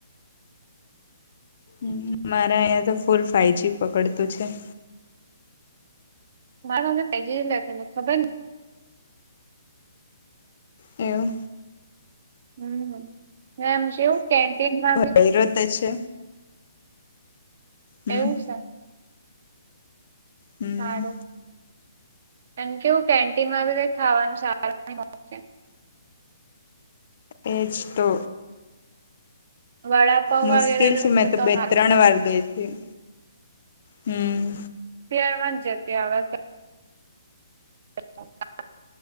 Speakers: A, on the left; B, on the right.
A: હ, મારા અહીં તો, ફૂલ ફાઈવ જ પકડતું છે.
B: માણ અવે પેલે નથી સંધ
A: એવમ
B: હમ એમ શવું કેન્ટીનમાં બી
A: ગઇ રોત છે. હમ
B: એવું છે?
A: હમ
B: સારું એમ કેવું કેન્ટિનમાં આવી ને કઈક ખાવાનું સારું નહીં મળશે.
A: એજ તો
B: વડાપાવ
A: મુશ્કિલ
B: વગેરે બી
A: છે
B: મૂકશે
A: મેં તો બે
B: હારું
A: ત્રણ વાર ગઈ હતી. હમ
B: તાર માં જતી હવે તો <inaudible>